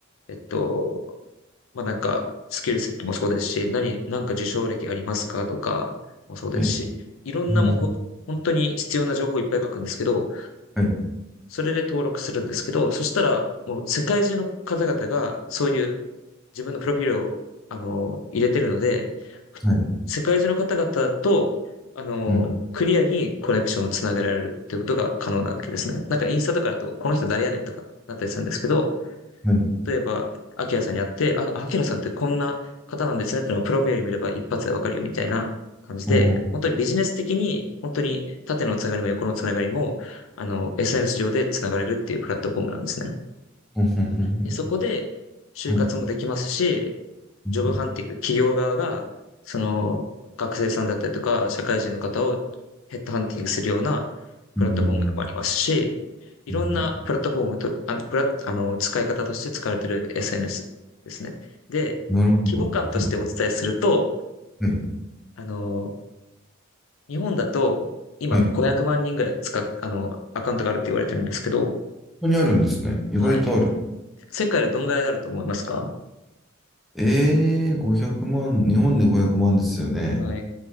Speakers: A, on the left; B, in the centre.
A: えっと、まあ、なんか、スキルセットもそうですし、何、なんか受賞歴ありますかとかもそうですし、
B: ね
A: いろんなもうほ、
B: うん、
A: 本当に必要な情報いっぱい書くんですけど、
B: はい、
A: それで登録するんですけど、そしたら、もう世界中の方々が、そういう自分のプロフィールを、あの、入れてるので、
B: はい、
A: 世界中の方々と、あの、
B: うん、
A: クリアにコネクションをつなげられるってことが可能なわけですね。なんかインスタとかだと、この人誰やねんとかなったりするんですけど、
B: はい、
A: 例えば、アキラさんに会って、あ、アキラさんってこんな方なんですねっていうのがプロフィール見れば一発でわかるよみたいな感じで、
B: ほんほん
A: 本当にビジネス的に、本当に縦のつながりも横のつながりも、あの、SNS 上でつながれるっていうプラットフォームなんですね。
B: ほんほんほん
A: で、そこで就活もできますし、
B: ほんはい、うん、
A: ジョブハンティング、
B: うん、
A: 企業側が、その、学生さんだったりとか、社会人の方をヘッドハンティングするようなプラットフォームでもありますし、
B: うん、
A: いろんなプラットフォームと、
B: うん、
A: あ、プラ、あの、使い方として使われている SNS ですね。で、
B: なるほど。
A: 規模感としてお伝えすると、
B: はい、はい、
A: あの、日本だと、今500万人ぐらい使っ、
B: はい。こ
A: あの、アカウントがあるって言われてるんですけど、
B: こにあるんですね。意外とある。
A: はい。世界でどんぐらいになると思いますか
B: えー、500万、日本で500万ですよね。
A: はい